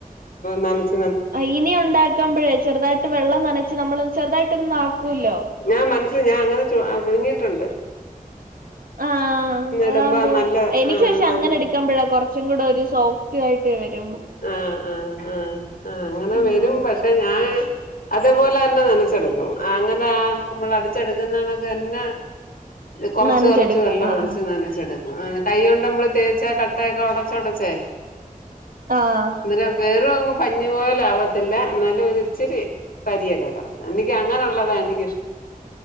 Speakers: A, on the left; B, on the right.
A: നനച്
B: ആ ഇനി ഉണ്ടാക്കമ്പഴേ ചെറുതായിട്ട് വെള്ളം നനച്ച് നമ്മളൊ ചെറുതായിട്ട് ഒന്നും ആകോല്ലോ
A: ഞാൻ മനസ്സിൽ ഞാൻ അങ്ങനെ ചു ആ പുയുങ്ങിട്ടുണ്ട്
B: ആഹ് അതാകുമ്പോ
A: ഇടുമ്പോ നല്ല
B: എനിക്ക്
A: ആഹ്
B: പക്ഷെ
A: നല്ല
B: അങ്ങനെ എട്ക്കമ്പഴാ കൊറച്ച് ച്ചും കൂടെ ഒരു സോഫ്റ്റ് ആയിട്ട് വരും
A: ആഹ് ആഹ് ആഹ് ആ അങ്ങനെ
B: ഉം
A: വരും പക്ഷെ ഞാൻ അതേപോലെ എന്നെ നനച്ചെട്ക്കും അങ്ങനെ നമ്മൾ അടിച്ചെടുക്കുന്നാണക്കെ എന്നെ ഇത് കൊറച്ച്
B: നനച്ചെടുക്കും
A: കൊറച്ച് വെള്ളം
B: ആഹ്
A: ഒഴിച്ച്
B: ആഹ്
A: നനച്ചെട് ആ കൈ കൊണ്ട് നമ്മള് തേച്ചാ കട്ടയൊക്കെ ഒടച് ഒടച്ചേ
B: ആഹ്
A: അന്നേരം വേറും അങ് പഞ്ഞി പോലെ ആവത്തില്ല എന്നാലും ഒര് ഇച്ചിരി തരിയെക്കാരം എനിക്ക് അങ്ങനെള്ളതാ എനി